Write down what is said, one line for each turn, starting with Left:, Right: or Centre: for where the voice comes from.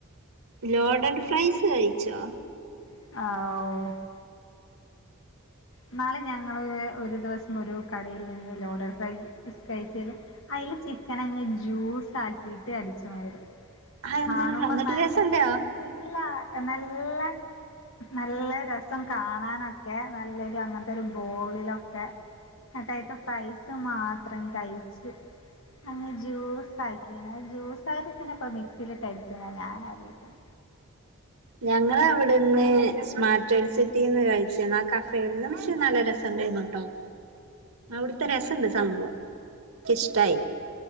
Right: ലോഡഡ് ഫ്രൈസു കഴിച്ചോ
Left: ആഹ്, ഓ ഇന്നാളു ഞങ്ങള് ഒരു ദിവസം ഒരു കടയിൽ നിന്നു ലോഡർ ഫ്രൈസ് കഴിച്ചത് അതിലു ചിക്കനങ്ങു ജ്യൂസാക്കിയിട്ട് അടിച്ച മാതിരി
Right: അതെന്താ
Left: കാണുമ്പോ
Right: എന്നിട്ട്
Left: നല്ല
Right: രസണ്ടോ
Left: ഇല്ല, നല്ല നല്ല രസം കാണാനൊക്കെ നല്ല അങ്ങനത്തെയൊരു ബോളിലൊക്കെ അതായതു ഫ്രൈസുമാത്രം കഴിച്ച് അങ്ങനെ ജ്യൂസാക്കിണേ ജ്യൂസായി കിട്ടണപ്പം മിക്സിയിൽ ഇട്ട് അടിച്ചീണോ ഞാനാലോചിക്കുന്നേ
Right: ഞങ്ങള് അവിടെ നിന്ന് സ്മാർട്ടിറ്റ് സിറ്റിയിൽ നിന്നു കഴിച്ച്ണ് കഫേയിൽ നിന്ന് അത് നല്ല രസമുണ്ടായിന്നു കേട്ടോ, അവിടുത്തെ രസമുണ്ട് സംഭവം എനിക്കി ഇഷ്ടായി